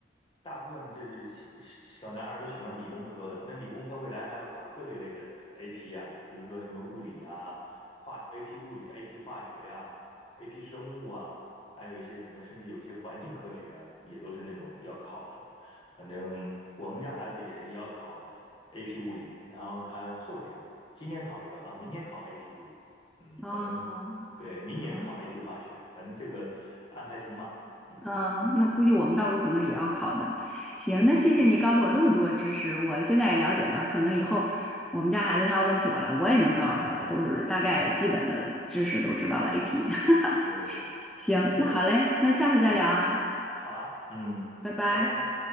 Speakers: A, on the left (about 30°); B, in the centre.
A: 大部分这是小小男孩儿都喜欢理工科的，那理工科未来还要考科学类的 AP 啊，比如说什么物理啊、化 AP 物理、AP 化学呀、AP 生物啊，还有一些什么，甚至有些环境科学啊，也都是那种要考的。反正我们家孩子也也要考 AP 物理，然后他后天今天考一个啊，明天考 AP 物理，嗯，反正。
B: 哦，
A: 对，明年考
B: 嗯
A: AP 化学，反正这个安排挺满嗯，
B: 嗯，那估计我们到时候可能也要考的。行，那谢谢你告诉我这么多知识，我现在也了解了。可能以后我们家孩子他要问起我来，我也能告诉他，都是大概基本的知识都知道了 AP。<laughs>
A: 对，
B: 行，
A: 这种，
B: 那好嘞，那下次再聊啊，
A: 嗯，好啊，嗯，
B: 拜拜。
A: 拜拜。